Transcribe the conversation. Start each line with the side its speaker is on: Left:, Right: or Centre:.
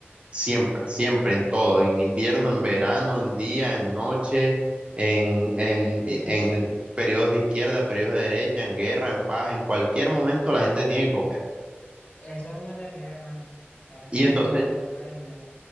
Right: Siempre, siempre, en todo, en invierno, en verano, en día, en noche, en, en, en periodos de izquierda, periodos de derecha, en guerra, en paz, en cualquier momento la gente tiene que comer.
Left: Eso es una realidad, hermano. Parece
Right: Y
Left: mentira,
Right: entonces,
Left: pero es una realidad.